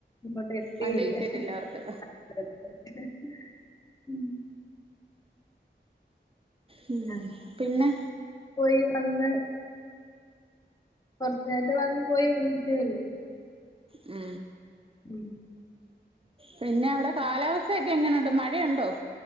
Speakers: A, on the left; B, on the right.
A: ഇങ്ങോട്ട് എത്തിയില്ല,
B: വണ്ടി കിട്ടിട്ടില്ല അവർക്ക്
A: <unintelligible>
B: മ് മ്
A: അപ്പ
B: പിന്നെ
A: പോയി വന്ന് കൊറച്ച് നേരത്തെ വന്ന് പോയി വന്നിട്ടെ ഉള്ളു.
B: മ്
A: മ്
B: പിന്നെ അവിടെ കാലാവസ്ഥയൊക്കെ എങ്ങനുണ്ട്? മഴയുണ്ടോ?